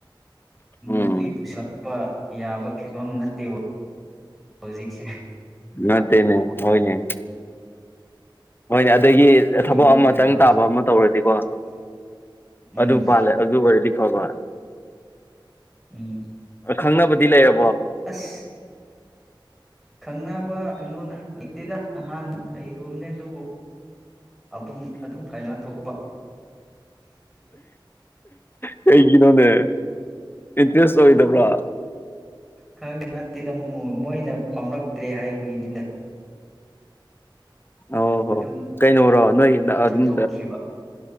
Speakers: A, on the left; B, in the centre.
A: ꯎꯝ
B: ꯅꯨꯄꯤ ꯄꯨꯁꯜꯂꯄ ꯌꯥꯕ ꯐꯤꯕꯝ ꯅꯠꯇꯦꯕ ꯍꯧꯖꯤꯁꯦ
A: ꯅꯠꯇꯦꯅꯦ ꯍꯣꯢꯅꯦ ꯍꯣꯏꯅꯦ ꯑꯗꯒꯤ ꯊꯕꯛ
B: ꯌꯨꯝ
A: ꯑꯃ
B: ꯀꯩꯀꯥ
A: ꯇꯪ ꯇꯥꯕ ꯑꯃ ꯇꯧꯔꯗꯤꯀꯣ
B: ꯎꯝ
A: ꯑꯗꯨ ꯄꯥꯜꯂꯦ ꯑꯗꯨ ꯑꯣꯏꯔꯗꯤ ꯐꯕ
B: ꯎꯝ
A: ꯈꯪꯅꯕꯗꯤ ꯂꯩꯔ
B: ꯑꯁ ꯈꯪꯅꯕ ꯀꯩꯅꯣꯗ ꯂꯩꯇꯦꯗ ꯅꯍꯥꯟ ꯂꯩꯔꯨꯕꯅꯦ ꯑꯗꯨꯕꯨ ꯑ ꯑꯗꯨꯝ ꯀꯥꯏꯅ ꯊꯣꯛꯄ
A: ꯀꯩꯒꯤꯅꯣꯅꯦ ꯏꯟꯇ꯭ꯔꯦꯁ ꯑꯣꯏꯗꯕ꯭ꯔꯥ
B: ꯈ ꯅꯠꯇꯦꯗ ꯃꯣꯏꯅ ꯄꯥꯝꯂꯛꯇ꯭ꯔꯦ ꯍꯥꯏꯕꯒꯤꯅꯤꯗ
A: ꯑꯣ ꯍꯣ
B: ꯑꯗꯨꯝ
A: ꯀꯩꯅꯣꯔꯣ ꯅꯣꯏ ꯑꯗꯨꯝ
B: ꯆꯠꯊꯣꯛꯈꯤꯕ